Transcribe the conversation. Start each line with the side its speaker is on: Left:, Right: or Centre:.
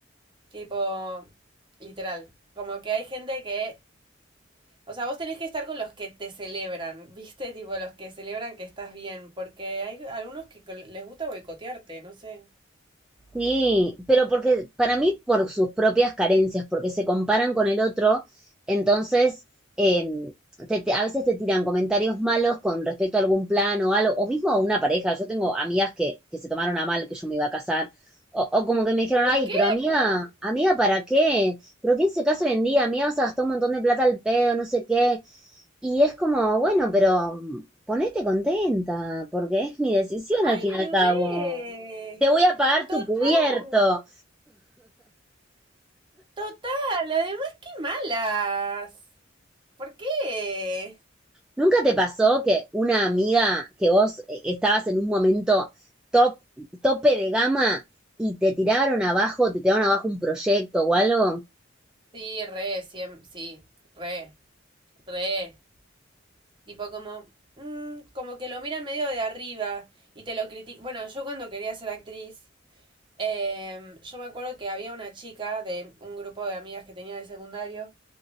Right: Tipo, literal. Como que hay gente que. O sea, vos tenés que estar con los que te celebran, <laughs> ¿viste? Tipo, los que celebran que estás bien. Porque hay algunos que con- les gusta boicotearte, no sé.
Centre: Sí, pero porque para mí por sus propias carencias, porque se comparan con el otro, entonces em, te- te- a veces te tiran comentarios malos con respecto a algún plan o algo, o mismo a una pareja. Yo tengo amigas que, que se tomaron a mal que yo me iba a casar, o, o como que me dijeron,
Right: ¿Por
Centre: ay,
Right: qué?
Centre: pero amiga, amiga, ¿para qué? ¿Pero quién se casa hoy en día? Amiga, vas a gastar un montón de plata al pedo, no sé qué. Y es como, bueno, pero mm, ponete contenta, porque es mi decisión
Right: ¡Ay,
Centre: al fin y al cabo
Right: re!
Centre: te voy a pagar
Right: Total,
Centre: tu cubierto.
Right: total. Además, qué malas. ¿Por qué?
Centre: ¿Nunca te pasó que una amiga que vos eh, estabas en un momento top, tope de gama y te tiraron abajo, te tiraron abajo un proyecto o algo?
Right: Sí, re, siem- sí, re, re. Tipo como, mm, como que lo miran medio de arriba y te lo critican. Bueno, yo cuando quería ser actriz, eh, yo me acuerdo que había una chica de un grupo de amigas que tenía del secundario